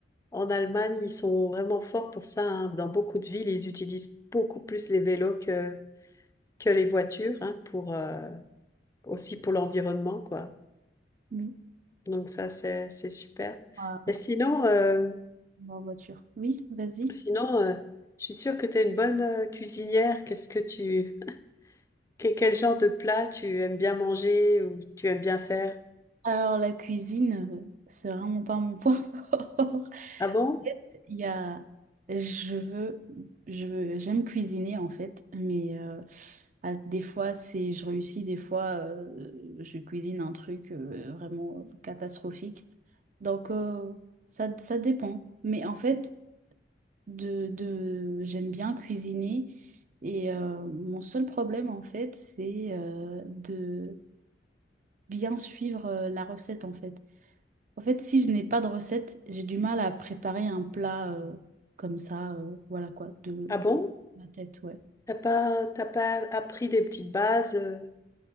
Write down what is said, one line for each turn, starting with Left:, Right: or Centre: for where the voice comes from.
Left: En Allemagne, ils sont vraiment forts pour ça. hein. Dans beaucoup de villes, ils utilisent beaucoup plus les vélos que, que les voitures, hein, pour, euh, aussi pour l'environnement, quoi.
Right: oui.
Left: Donc ça, c'est, c'est super.
Right: Ah,
Left: Et sinon, euh,
Right: en voiture. Oui, vas-y.
Left: sinon euh, je suis sûre que tu es une bonne euh, cuisinière. Qu'est-ce que tu, que- quel genre de plat tu aimes bien manger ou tu aimes bien faire?
Right: Alors, la cuisine, euh, c'est vraiment pas mon point fort. <laughs>
Left: Ah bon?
Right: fait, il y a, je veux, je veux- j'aime cuisiner en fait, mais euh, à- des fois c'est, je réussis, des fois euh, je cuisine un truc euh, vraiment catastrophique. Donc euh, ça, ça dépend. Mais en fait, de, de, j'aime bien cuisiner et euh, mon seul problème en fait, c'est euh, de bien suivre euh, la recette en fait. En fait, si je n'ai pas de recette, j'ai du mal à préparer un plat euh, comme ça, euh, voilà quoi, de
Left: Ah bon?
Right: ma tête, ouais.
Left: T'as pas, t'as pas appris des petites bases, euh,